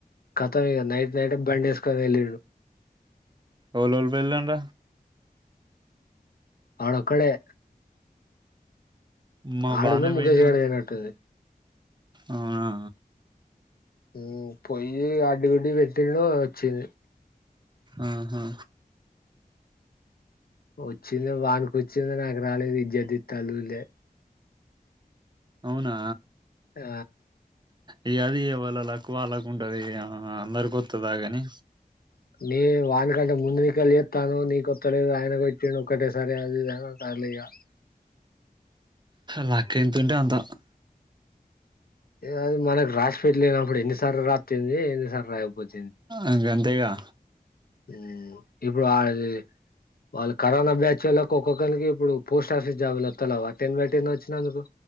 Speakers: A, on the left; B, on the right.
A: కత ఇంక నైట్ నైటే బండివేసుకొని వెళ్ళిండు
B: ఓలోల్ వేళ్ళంట
A: అడొక్కడే
B: మా
A: ఆడును
B: బానే
A: ముఖేష్
B: పోయిండు
A: గాడు పోయినట్టుంది.
B: అవునా
A: ఊ పొయ్యి యాక్టివిటీ పెట్టిండు వచ్చింది.
B: ఆహా
A: వచ్చింది వానికి వచ్చింది నాకు రాలేదు ఇజ్జత్ తిత్తాండ్రు ఊర్లే
B: అవునా
A: ఆ
B: ఇగ అది ఎవాలొల్లక్ వాళ్ళకు ఉంటది అందరికి వస్తదా కాని
A: నే వానికంటే ముందు నీక చేస్తానవ్ నీకు కొత్త లేదు ఆయన కొట్టిండు ఒక్కటేసారి అది ఇది అంటాండ్రు ఇగ
B: లక్ ఎంతుంటే అంత
A: అది మనకు రాసిపెట్టి లేనప్పుడు ఎన్నిసార్లు రాత్తేంది ఎన్నిసార్ రాయకపోతే
B: ఆ గంతేగా
A: ఊ ఇప్పుడు ఆది వాళ్ళు కరోనా బ్యాచ్చోళ్ళకు ఒక్కొక్కరికి ఇప్పుడు పోస్ట్ ఆఫీస్ జాబులు వస్తలలేవ్ అట్ట్ ఏం బెట్టిండు వచ్చినందుకు